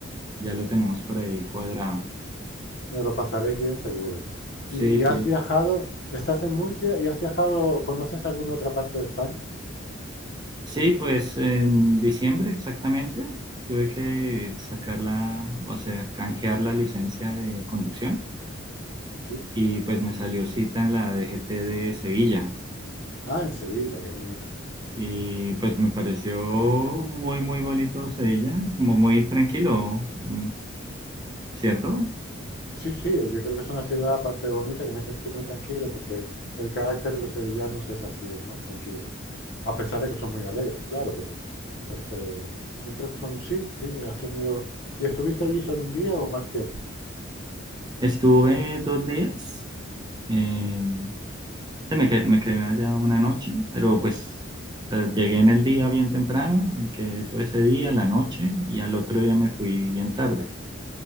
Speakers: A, on the right (about 20°); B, on the left (about 50°).
A: ya lo tenemos por ahí cuadrado.
B: No, lo pasaréis bien seguro.
A: Sí,
B: ¿Y, y has
A: sí.
B: viajado? ¿Estás en Murcia y has viajado? ¿Conoces alguna otra parte de España?
A: Sí, pues en diciembre exactamente tuve que sacar la, o sea, canjear la licencia de conducción
B: Sí.
A: y pues me salió cita en la DGT de Sevilla
B: Ah, en Sevilla, qué bonito.
A: y pues me pareció muy, muy bonito Sevilla, como muy tranquilo, mm, ¿cierto?
B: Sí, sí, yo creo que es una ciudad, aparte de bonita, como dices tú, muy tranquilo, porque el carácter de los sevillanos es así, es más tranquilo. A pesar de que son muy alegres, claro, pero, pero se, yo creo que son, sí, sí, has tenido... ¿Y estuviste allí solo un día o más tiempo?
A: Estuve dos días, eh, Sí, me, que- me quedé allá una noche, pero pues eh, llegué en el día bien temprano, me quedé todo ese día, la noche, y al otro día me fui bien tarde.